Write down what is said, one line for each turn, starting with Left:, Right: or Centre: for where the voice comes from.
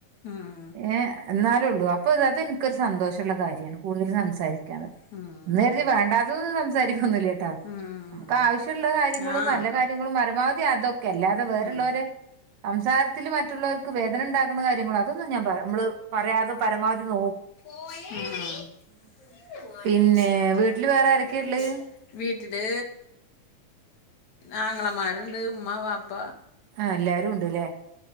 Left: ആഹ്
Right: ഏഹ് ന്നാലേള്ളൂ അപ്പൊതിനിക്കരു സന്തോഷള്ള കാര്യണ് കൂടുതലുംസംസാരിക്കാന്
Left: ഉം ഉം ഉം
Right: എന്ന് കരുതിവേണ്ടാത്തൊന്നും സംസാരിക്കൊന്നല്ല്യാട്ടാ
Left: ഉം
Right: നമുക്കാവശ്യള്ള കാര്യങ്ങളും
Left: ആഹ്
Right: നല്ല
Left: ഉവ്വ
Right: കാര്യങ്ങളുംപരമാവധിഅതൊക്കെ അല്ലാതെ വേറള്ളോര്
Left: ഉം
Right: സംസാരത്തില് മറ്റുള്ളോര്ക്ക് വേദനണ്ടാക്കുണ കാര്യങ്ങള് അതൊന്നുംഞാൻ പറനമ്മള് പറയാതെ പരമാവധിനോ
Left: ആഹ് <unintelligible>
Right: പിന്നെ വീട്ടില് വേറെ ആരൊക്കെയാ ഉള്ളേ
Left: വീട്ടില് ആങ്ങളമാര്ണ്ട് ഉമ്മവാപ്പ
Right: ആഹ്എല്ലാരുണ്ട്ല്ലേ